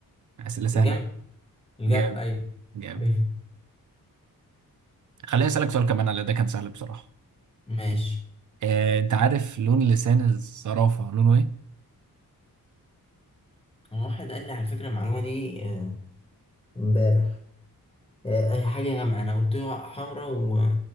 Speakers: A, on the right; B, on the left.
A: اسئلة سهلة
B: <laughs> الجمل الجمل
A: جامد
B: ايوه <laughs>
A: جامد
B: ايوه
A: خليني اسالك سؤال كمان على ده كان سهل بصراحة
B: ماشي
A: آه، انت عارف لون لسان الزرافة لونه ايه؟
B: هو واحد قال لي على فكره المعلومه دي آه، امبارح آه، اي حاجه غامقه انا قلت له حمرا و...